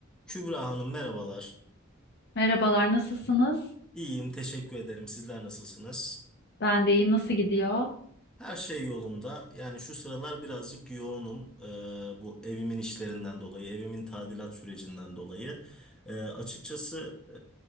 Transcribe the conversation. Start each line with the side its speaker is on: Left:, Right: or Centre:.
Centre: Kübra Hanım merhabalar.
Left: Merhabalar, nasılsınız?
Centre: İyiyim, teşekkür ederim. Sizler nasılsınız?
Left: Ben de iyiyim, nasıl gidiyor?
Centre: Her şey yolunda. Yani şu sıralar birazcık yoğunum. Ee, bu evimin işlerinden dolayı, evimin tadilat sürecinden dolayı. Ee, açıkçası